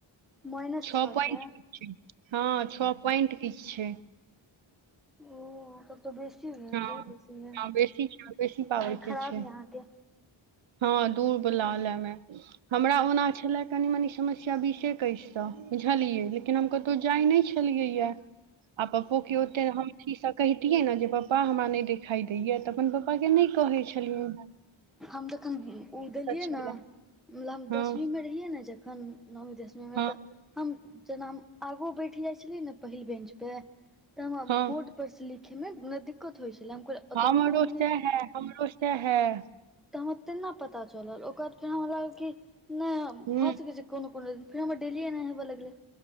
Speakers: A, in the centre; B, on the right.
A: माइनस
B: छ
A: छओ
B: पोइंट
A: छै
B: हँ छओ पॉइंट किछु छै
A: ओ तब तऽ बेसी बहुत
B: हँ
A: बेसी य
B: हँ बेसी छै बेसी पावरके
A: आखिं खराब
B: छै
A: य अहाँके
B: हँ दूर बलाल हमे हमरा ओना छलै कनि मनी समस्या बीसे एकैससँ बुझलियै लेकिन हम कत जाइ नहि छलियै आ पप्पो के ओे हमियै पापा हमरा नहि देखाई दैया तऽ अपन पपा के नहि कहै छलियिन
A: हम जखन ओ गेलियै
B: छलए
A: नेत हम
B: हँ
A: दसवींमे रहियै ने जखन नवी दसमी मे
B: हँ
A: तऽ हम जेना हम आगो बैठि जाइ छलियै ने पहिल बेंच पे तऽ हमरा
B: हँ
A: बोर्ड पर से लिखे मे ने दिक्कत होइ छलै हम ओतबो
B: हमरो
A: तऽ ओ नहि
B: सेहा
A: छै
B: हैं हमरो सेेहा हैं
A: तऽ हमरा तेना पता चलल ओकर बाद फेर हमरा लागल कि नहि
B: हूँ
A: भऽ सकै छै कोनो कोनो दिन फेर हमर डेली ए नहि हवऽ लगले